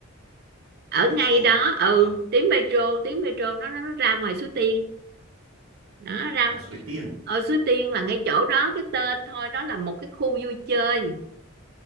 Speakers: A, on the right; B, on the right.
A: ở
B: metro
A: ngay đó ừ
B: Ờ,
A: tuyến metro tuyến metro nó nó, nó ra ngoài Suối Tiên đó ra
B: à, Suối Tiên
A: ở Suối Tiên là ngay chỗ đó cái tên thôi đó là một cái khu vui chơi